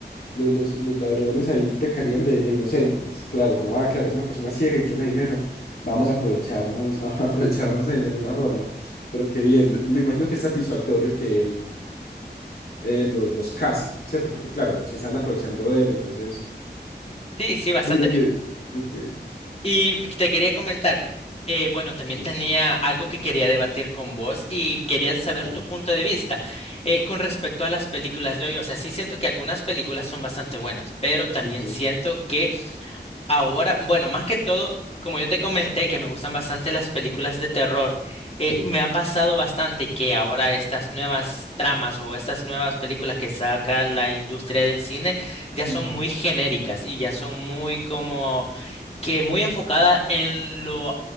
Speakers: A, on the left; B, on the left.
A: lo- Los, los ladrones ahí pecarían de, de inocentes, claro, como, ah, claro, es una persona ciega y tiene dinero, vamos a aprovecharnos, <laughs> a aprovecharnos de él de alguna forma. Pero qué bien, de- me imagino que es satisfactorio que él eh, los, los case, ¿cierto? Porque claro, se están aprovechando de él, entonces,
B: Sí, sí, bastante.
A: bueno, que, ok,
B: Y te quería comentar, eh, bueno, también
A: sí,
B: tenía algo que quería debatir con vos y quería saber
A: contame.
B: tu punto de vista eh, con respecto a las películas de hoy. O sea, sí siento que algunas películas son bastante buenas, pero también
A: Ujú,
B: siento que ahora, bueno, más que todo, como yo te comenté, que me gustan bastante las películas de terror, eh,
A: Sí.
B: me ha pasado bastante que ahora estas nuevas tramas o estas nuevas películas que saca la industria del cine ya
A: Ujú.
B: son muy genéricas y ya son muy como que muy enfocada en lo,